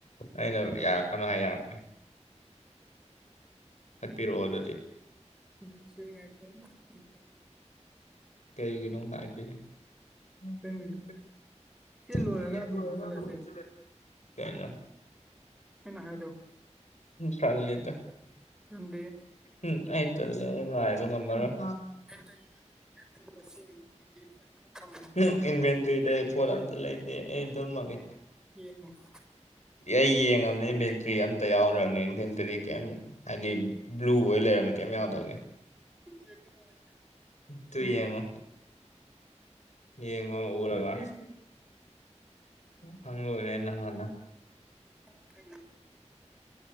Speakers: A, on the left (about 75°); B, in the centre.
A: ꯑꯩꯅ ꯌꯥꯔꯛꯄꯅꯨ ꯍꯥꯏ ꯌꯥꯔꯛꯄꯩ ꯍꯥꯠꯄꯤꯔꯔꯕꯗꯗꯤ
B: ꯖꯤꯛꯁ ꯃꯦꯀ ꯃꯇꯥꯟ
A: ꯀꯩꯒꯤꯅꯣ ꯂꯥꯛꯇꯔꯤꯁꯦ
B: ꯉꯥꯛꯇꯪꯅꯤꯗ
A: cannot hear
B: ꯁꯤ
A: properly
B: ꯂꯣꯏꯔꯒ
A: and
B: ꯑꯗꯨꯝ
A: low
B: ꯍꯧꯖꯤꯜꯂꯁꯦ
A: voice ꯀꯅꯣ
B: ꯑꯩꯅ ꯍꯥꯏꯗꯣ
A: ꯇꯥꯟꯂꯤꯗ
B: ꯇꯥꯟꯗꯦ
A: ꯎꯝ ꯑꯩ ꯇꯥꯟꯂ ꯉꯥꯏꯕ ꯉꯥꯝꯃꯔꫭ
B: ꯃꯦꯟꯇꯒꯤꯗ ꯂꯩꯕ ꯄꯣꯠ ꯆꯩ ꯃꯁꯤꯡ ꯑꯃꯒꯤ ꯄꯩ ꯊꯝ
A: ꯎꯝ ꯏꯟꯚꯦꯟꯇ꯭ꯔꯤꯗ ꯑꯩ ꯄꯣꯠ ꯑꯝꯇ ꯂꯩꯇꯦ ꯑꯩ ꯑꯗꯨꯝꯃꯒꯦ
B: ꯌꯦꯡꯑꫭ
A: ꯑꯩ ꯌꯦꯡꯉꯕꯅꯦ ꯏꯟꯚꯦꯟꯇ꯭ꯔꯤ ꯑꯃꯝꯇ ꯌꯥꯎꯔꯕꯅꯦ ꯏꯟꯚꯦꯟꯇ꯭ꯔꯤ ꯀꯩ ꯍꯥꯏꯗꯤ ꯕ꯭ꯂꯨ ꯑꯣꯏ ꯂꯩꯔꯕꯅꯤ ꯀꯩꯝ ꯌꯥꯎꯗꯕꯒꯦ
B: ꯌꯦꯡꯉ ꯂꯣꯏꯔꯦ
A: ꯇꯨꯏꯌꯦꯡꯉꯑꫭ ꯌꯦꯉꯣ ꯎꯔꯕꯔꯥ ꯐꯪꯂꯣꯏꯔꯦ ꯅ ꯍꯥꯟꯅ
B: ꯎꯝ ꯐ